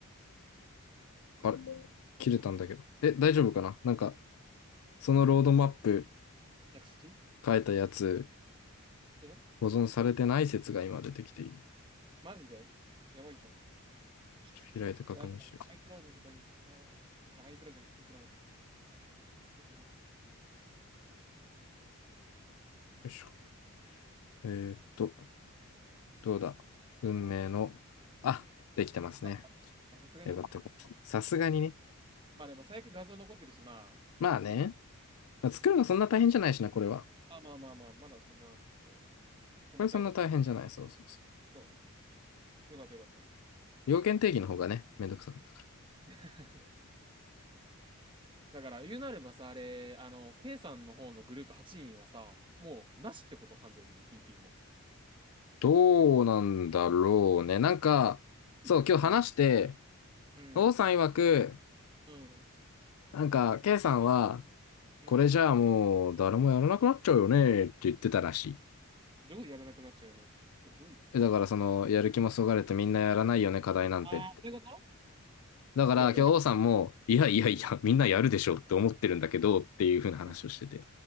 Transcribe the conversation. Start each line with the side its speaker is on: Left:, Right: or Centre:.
Left: あれ切れたんだけど。
Right: そうね。い
Left: え、大丈夫かななんか、そのロードマップ
Right: や、土
Left: 書いたやつ、
Right: 消さ
Left: 保存されてない説が今出てきている。
Right: マジでやばいじゃん。ちょちょちょちょいや、
Left: ちょっと開いて確認しよ
Right: でも、iCloud とかに、あー、あ iCloud じゃん、普通にクラウドか。入ってないかな。
Left: う。よいしょ。えーっと、どうだ運命の、あ、できてますね。
Right: あ、まあさすがにね。
Left: よかったよかった。さすがにね。
Right: まあでも、最悪画像残ってるし、まあ、
Left: まあね。
Right: 作れなく
Left: まあ作るのそんな大変じゃないしな、
Right: と
Left: これは。
Right: あまあまあまあ、まだそんな、こう、
Left: これそんな大変じゃない。
Right: 細かいとこまで。
Left: そうそうそ
Right: そうね。よかったよかった。
Left: う。要件定義の方がね、めんどくさかった。
Right: <laughs> だから、言うなればさ、あれ、あの、K さんの方のグループ8人はさ、もう、なしってこと、完全に、TP も。
Left: どうなんだろうね。なんか、そう、
Right: うん。
Left: 今日話して、
Right: うん。
Left: 王さん曰く、
Right: うん。
Left: なんか、K さんは、
Right: うん。
Left: これじゃあもう、誰もやらなくなっちゃうよね、って言ってたらしい。
Right: どういうことやらなくなっちゃうよねって。ど、どういうやらなくなっ
Left: えだから、その、やる気もそがれてみんなやらないよね、課題なんてって。
Right: ああー、そういうこと
Left: だから、
Right: いや、
Left: 今日王さんも、
Right: やる。
Left: いやいやいや、
Right: うん。
Left: みんなやるでしょって思ってるんだけど、っていうふうな話をしてて。
Right: うん。